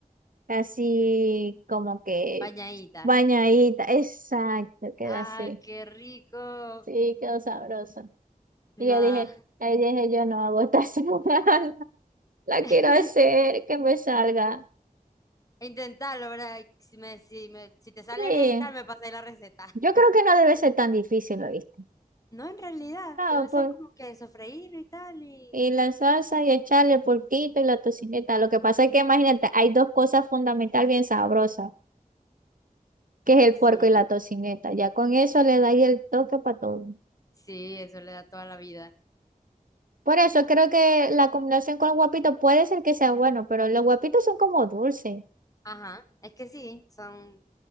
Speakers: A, on the right; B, on the left.
A: así como que
B: Bañadita.
A: bañadita. Exacto, queda
B: Ah,
A: así.
B: qué rico.
A: Sí, quedó sabroso. Y
B: Nah.
A: yo dije, ahí dije, yo no hago esta <laughs> semana, la
B: <laughs>
A: quiero hacer, que me salga.
B: Intentarlo, ¿verdad? Y Si, me, si, me- si te sale
A: Sí,
B: bien y tal, me pasáis la receta.
A: yo
B: <laughs>
A: creo que no debe ser tan difícil, ¿lo viste?
B: No, en realidad,
A: No,
B: debe
A: pues,
B: ser como que sofreírlo y tal y...
A: y la salsa y echarle el porquito y la tocineta. Lo que pasa es que imagínate, hay dos cosas fundamental bien sabrosas, que es el
B: Sí,
A: puerco y la tocineta. Ya con eso le da ahí el toque para todo.
B: sí, eso le da toda la vida.
A: Por eso creo que la combinación con el guapito puede ser que sea bueno, pero los guapitos son como dulces.
B: Ajá, es que sí, son